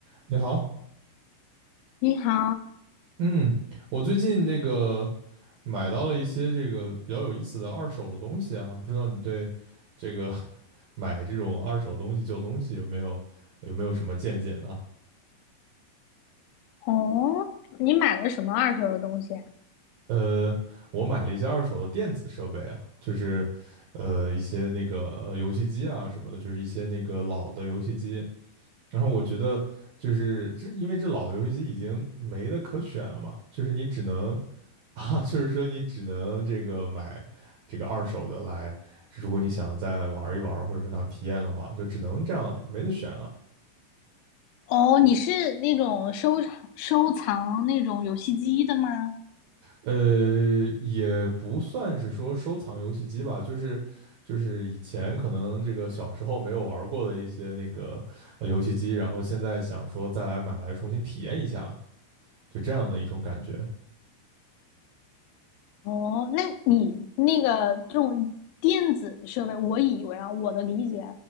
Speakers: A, on the right; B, on the left.
A: 你好，
B: 你好，
A: 嗯，我最近那个买到了一些这个比较有意思的二手的东西啊，不知道你对这个 <laughs> 买这种二手东西、旧东西有没有有没有什么见解呢？
B: 哦，你买了什么二手的东西啊
A: 呃，我买了一些二手的电子设备啊，就是呃一些那个呃游戏机啊什么的，就是一些那个老的游戏机。然后我觉得就是这，因为这老的游戏机已经没得可选了嘛，就是你只能。啊，就是说你只能这个买这个二手的来，如果你想再玩一玩，或者说想体验的话，就只能这样，没得选了。
B: 哦，你是那种收藏收藏那种游戏机的吗？
A: 呃，也不算是说收藏游戏机吧，就是就是以前可能这个小时候没有玩过的一些那个呃游戏机，然后现在想说再来买来重新体验一下，就这样的一种感觉。
B: 哦，那你那个这种电子设备，我以为啊，我的理解，